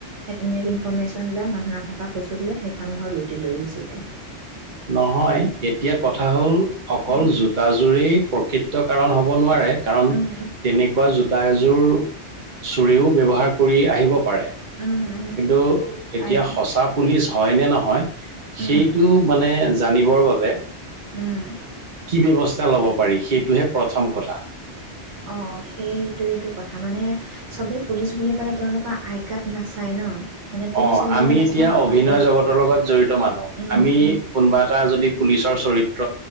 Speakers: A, on the right (about 80°); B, on the right (about 45°).
A: সেই তেনেক ইনফৰৰ্মেশ্যন বিলাক মানুহ নাথাকা সুযোগ লৈ সেইখন ঘৰ লুটি লৈ গুচি যায়।
B: নহয় এতিয়া কথা হল অকল
A: উম,
B: জু টা জোৰেই প্ৰকৃত কাৰণ হব নোৱাৰে। কাৰণ
A: উম,
B: তেনে কুৱা যোতা এযোৰ চুৰেও ব্যৱহাৰ কৰি আহিব পাৰে।
A: উম উম,
B: কিন্তু এতিয়া
A: পাৰে
B: সঁচা পুলিচ হয় নে নহয় সেইটো
A: উম,
B: মানে জানিব বাবে।
A: উম
B: কি ব্যৱস্থা লব পাৰি সেইটোহে প্ৰথম কথা।
A: অ, সেইটোৱেইটো কথা মানে চবেই পুলিচ বুলি ক'লে তেওঁলোকৰ আই কাৰ্ড নাচায় ন, মানে পুলিচ
B: অ,
A: বুলি
B: আমি
A: ক'লে অকণমান
B: এতিয়া
A: ভয়
B: অভিনয়
A: কৰোঁ
B: জগতৰ লগত জড়িত মানুহ।
A: উম,
B: আমি
A: উম।
B: কোনোবা এটা যদি পুলিচৰ চৰিত্ৰ